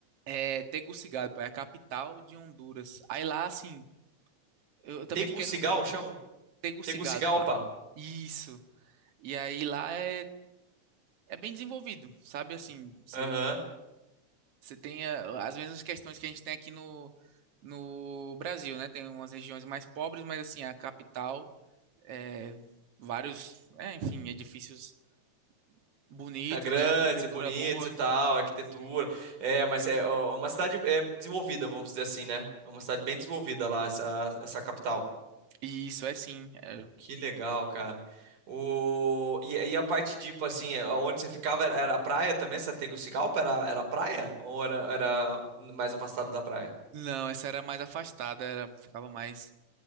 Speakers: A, on the right; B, on the right.
A: É Tegucigalpa, é a capital de Honduras. Aí lá, assim, Eu, eu também
B: Tegucigal,
A: fiquei no sul,
B: chama?
A: Tegucigalpa.
B: Tegucigalpa?
A: Isso. E aí lá é, é bem desenvolvido, sabe? Assim, você
B: Aham.
A: você tem eh, as mesmas questões que a gente tem aqui no, no Brasil, né? Tem umas regiões mais pobres, mas assim, a capital, é, vários, é, enfim, edifícios bonitos,
B: É grandes,
A: né? Arquitetura
B: é bonitos
A: boa.
B: e tal, a arquitetura.
A: Sim.
B: É, mas é ó, é uma cidade é, desenvolvida, vamos dizer assim, né? É uma cidade bem desenvolvida lá, essa, essa capital.
A: E isso é sim. é.
B: Que legal, cara. O... E, e a parte, tipo assim, é, onde você ficava era, era praia também? Essa Tegucigalpa era, era praia? Ou era, era mais afastado da praia?
A: Não, essa era mais afastada, era, ficava mais